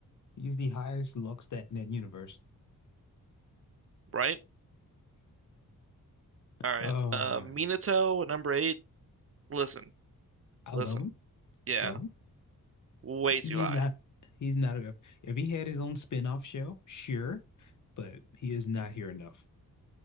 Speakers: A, on the left; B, on the right.
A: He's the highest Lux stat in that universe.
B: right? All right,
A: Oh
B: uh,
A: man.
B: Minato at number eight. Listen,
A: I
B: listen.
A: love him.
B: Yeah,
A: Love him.
B: way too
A: He's
B: high.
A: not he's not enough. If he had his own spin-off show, sure, but he is not here enough.